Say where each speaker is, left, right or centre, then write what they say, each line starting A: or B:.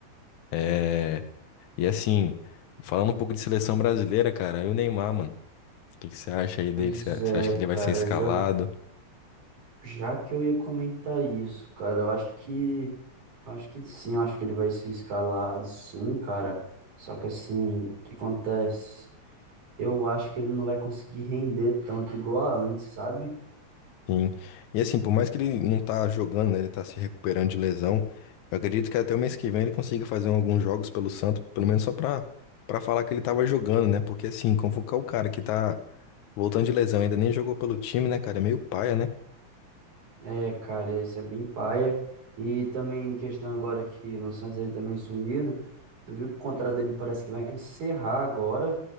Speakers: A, on the left; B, on the right.
A: É, E assim, falando um pouco de seleção brasileira, cara, e o Neymar, mano. O que que você acha aí
B: Pois
A: dele? Você
B: é,
A: você acha que ele vai
B: cara,
A: ser escalado?
B: já, já que eu ia comentar isso, cara, eu acho que, acho que sim, eu acho que ele vai ser escalado, sim, cara. Só que assim, o que acontece? eu acho que ele não vai conseguir render tanto igual a antes, sabe?
A: Sim. E assim, por mais que ele não tá jogando, né, ele tá se recuperando de lesão, eu acredito que até o mês que vem ele consiga fazer alguns jogos pelo Santos, pelo menos só pra, pra falar que ele tava jogando, né? Porque assim, convocar o cara que tá voltando de lesão, ainda nem jogou pelo time, né, cara? É meio paia, né?
B: É, cara, isso é bem paia. E também questão agora que no Santos ele também sumido. Tu viu que o contrato dele parece que vai encerrar agora.